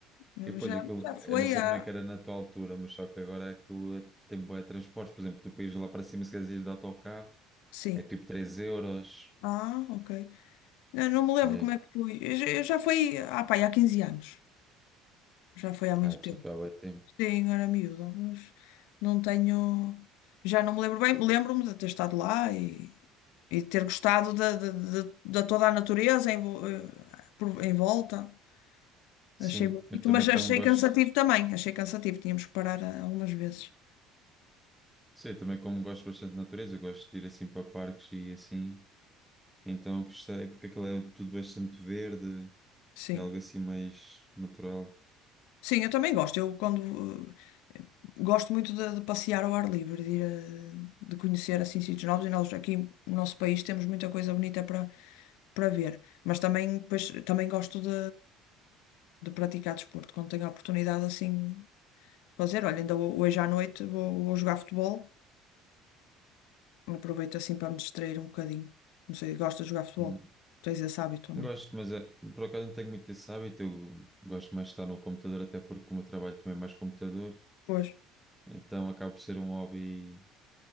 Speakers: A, on the left; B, in the centre.
A: Eu
B: E depois
A: já,
B: aquilo,
A: já foi
B: eu não sei
A: há.
B: como é que era na tua altura, mas só que agora aquilo é- tem bué de transportes. Por exemplo, tu para ires lá para cima, se quiseres ir de autocarro,
A: Sim.
B: é tipo 3 euros.
A: Ah, ok. Eu não me lembro
B: É.
A: como é que fui. Eu, já eu já fui ah, pá, há 15 anos. Já foi há muito
B: Ah,
A: tempo.
B: já foi há bué tempo.
A: Sim, era miúda, mas não tenho. Já não me lembro bem. Lembro-me de ter estado lá e, e de ter gostado da da- da- da toda a natureza em, vo- eh, por- em volta.
B: Sim,
A: Achei bonito,
B: eu também
A: mas achei
B: como gosto,
A: cansativo também. Achei cansativo. Tínhamos que parar ah, algumas vezes.
B: sim, eu também como gosto bastante de natureza, eu gosto de ir assim para parques e assim, então gostei, porque aquilo é tudo bastante verde,
A: Sim.
B: É Algo assim mais natural.
A: Sim, eu também gosto. Eu quando eh, gosto muito de, de passear ao ar livre, de ir a- de conhecer assim sítios novos e nós aqui no nosso país temos muita coisa bonita para para ver. Mas também depois, também gosto de, de praticar desporto quando tenho a oportunidade assim de fazer. Olha, ainda ho- hoje à noite vou, vou jogar futebol. Aproveito assim para me distrair um bocadinho. Não sei, gosto de jogar futebol.
B: Hum.
A: Tens esse hábito ou
B: Gosto,
A: não?
B: mas é, por acaso não tenho muito esse hábito. Eu gosto mais de estar no computador, até porque o meu trabalho também é mais computador.
A: Pois,
B: Então acaba por ser um hobby.